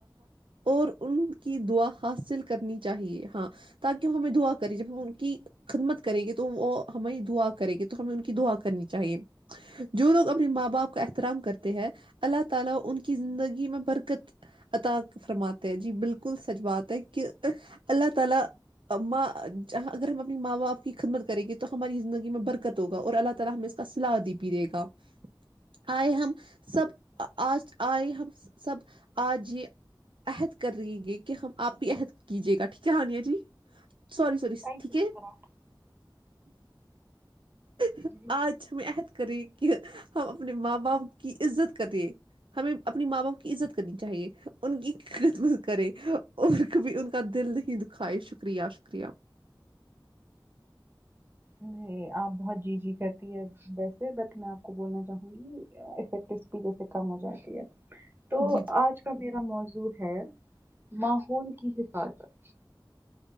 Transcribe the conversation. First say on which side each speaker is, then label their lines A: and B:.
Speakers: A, on the right; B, on the right.
A: اور ان کی دعا حاصل کرنی چاہیے ہاں تاکہ وہ ہمیں دعا کرے جب ہم ان کی خدمت <inaudible> <inaudible> سور سور
B: کئی
A: ٹھیک
B: کس طرح
A: ہے
B: کی
A: <inaudible>
B: جی
A: آج چ میں عت کرے کہ ہم اپنے ماں باپ کی عزت کرے ہمیں اپنے ماں باپ کی عزت کرنی چاہیے ان کی خدمت کرے اور کبھی ان کا دل نہیں دکھائے شکریہ شکریہ
B: ج جی آپ بہت جی جی کرتی ہے ویسے بٹ میں آپ کو بولنا چاہوں گی افیکٹ اسپیک سے کم ہو جاتی ہے تو
A: جی جی
B: آج کا میرا موضوع ہے ماہ ہو کی حفاظت